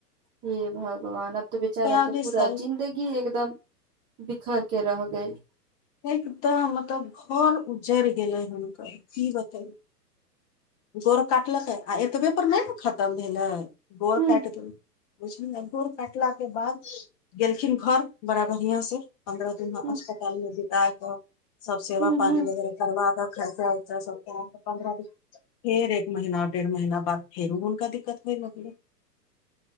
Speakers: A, on the right; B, on the left.
A: हे भगवान अब तो बेचारा
B: बयालिस
A: के पूरा
B: साल
A: जिन्दगी एकदम बिखर के रह गेल।
B: एकदम मतलब घर उजड़ गेले हुनकर कि बतेल गोर काटलकै आ एतबेपर नहि न खतम भेलै गोर
A: हूँ
B: काटि देल गोर काटला के बाद गेलखिन घर बड़ा बढ़िआ से पन्द्रह दिन
A: हूँ
B: अस्पताल मे बित कऽ सभ सेवा
A: हूँ
B: पानी
A: हूँ
B: वगैरह तरवाद खर सँ पन्द्रह दिन फेर एक महीना डेढ़ महीना बाद फेरो हुनका दिक्कत होइ लगलै।